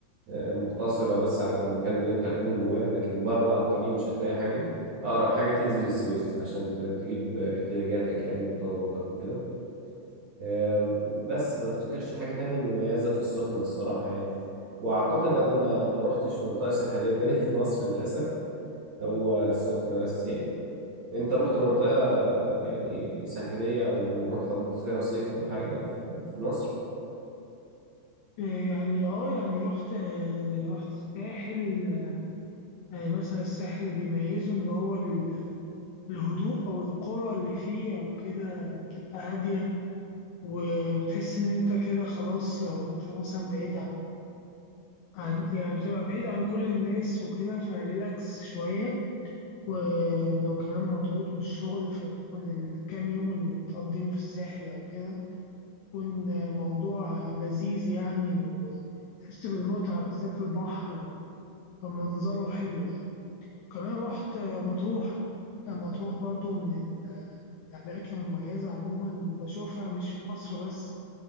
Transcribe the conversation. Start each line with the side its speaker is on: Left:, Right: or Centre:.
Right: آه، مقتصرة بس على المكان اللي انت هتكون جواه لكن بره على الطريق مش هتلاقي حاجة أقرب حاجة تنزل السويس عشان ت- تجيب احتياجاتك يعني وطلباتك وكده أم، بس ما افتكرش حاجة تانية مميزة في السخنة الصراحة يعني وأعتقد أنا ما ما روحتش منطقة ساحلية <laughs> تانية في مصر للأسف هو السخنة بس يعني أنت رحت منطقة يعني ساحلية أو رحت قضيت فيها صيف أو حاجة في في مصر
Left: آه، يعني اه يعني رحت آه، رحت الساحل آه، يعني مثلا الساحل اللي بيميزه إن هو ال- الهدوء أو القرى اللي فيه أو كده بتبقى هادية وبتحس إن أنت كده خلاص لو أنت مثلا بعيد عن عن يعني بتبقى بعيد عن كل الناس وكده فريلاكس شوية ولو كمان مضغوط من الشغل فبتكون الكام يوم اللي بتقضيهم في الساحل أو كده بيكون موضوع لذيذ يعني وتحس بالمتعة بالذات البحر منظره حلو يعني كمان رحت مطروح مطروح برضو من ال- من الأماكن المميزة عموما بشوفها مش في مصر بس